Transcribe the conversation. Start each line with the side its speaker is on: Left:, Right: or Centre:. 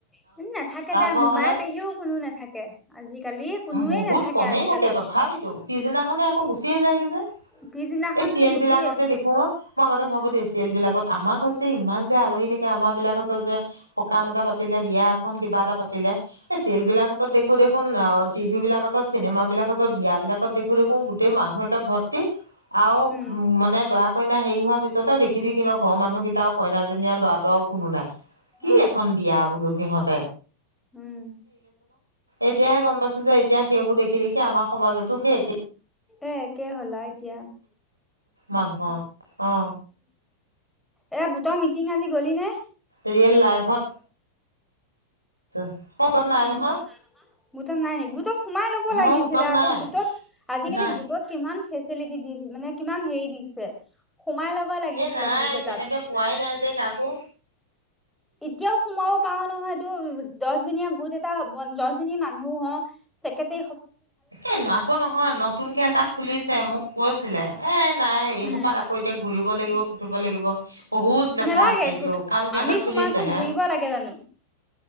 Centre: ভাল নাথাকে দো
Right: ঘৰ
Centre: মোমাই
Right: হলে
Centre: পেহীও কোনো নাথাকে আজিকালি কোনোৱে
Right: বহুত
Centre: নাথাকে
Right: কমেই
Centre: আজিকালি
Right: থাকে তথাপিতো পিছদিনাখনে আকৌ গুচিয়ে জাইগে যে,
Centre: পিছদিনাখন
Right: এই চিৰিএল
Centre: গুচি
Right: বিলাকত যে দেখো, অ মই আগতে ভাবো
Centre: উম
Right: দেই চিএল বিলাকত- আমাৰ ঘৰত যে ইমান যে আলহী থাকে আমাৰ বিলাকতো যে পকা মতা পাতিলে বিয়া খন কিবা এটা পাতিলে এই চেল বিলাক দেখো দেখোন অ' টিভি বিলাক চিনেমা বিলাকতো বিয়া এইলাকত দেখো দেখো গোটেই মানুহে ভৰ্তি আৰু
Centre: উম
Right: উ মানে দৰা কইনা হেৰি হোৱাৰ পিছতে দেখিবি কিন্ত ঘৰৰ মানুহ কেইটা কইনাজনীয়ে দৰাতটো আৰু কোনো নাই কি
Centre: অ
Right: এখন বিয়া বোলো সিহঁত
Centre: উম।
Right: এতিয়াহে গম পছে যে এতিয়া সেইবোৰ দেখি দেখি আমাৰ সমাজতো সেই এক
Centre: এ একেই হ'লা এতিয়া
Right: মানুহৰ অ'
Centre: এয়া গোটৰ মিটিং আজি গলি নে?
Right: ৰিয়েল লাইফত <unintelligible>
Centre: উম
Right: নহয়
Centre: উ গোট নাই ন গোট সোমাই লব
Right: মই
Centre: লাগিছিলে
Right: গোটত
Centre: আকৌ
Right: নাই
Centre: গোটত আজিকালি
Right: নাই
Centre: গোটত কিমান ফেচিলিটি। মানে কিমান হেৰি দিছে সোমাই লব লাগিছিলে
Right: এ নাই
Centre: গোট এটাত
Right: তেনেকে
Centre: <unintelligible>
Right: পোৱাই নাই যে কাকো
Centre: এতিয়াও সোমাব পাৰও নহয় ইটোত দছ দিনীয়া বহুত এটা <unintelligible> মানুহ হ চকেতে
Right: এ আকৌ নহয় নতুনকে এটা খুলিছে মোক কৈছিলে এ নাই এই
Centre: উম
Right: সোপাত আকৌ এতিয়া ঘুৰি লাগিব লাগিব। বহুত লেঠা
Centre: নালাগে
Right: আছে এতিয়াও কাৰণ সিহঁতে
Centre: আমি
Right: খুলিছেহে
Centre: সোমাইছো ঘুৰিব লাগে জানো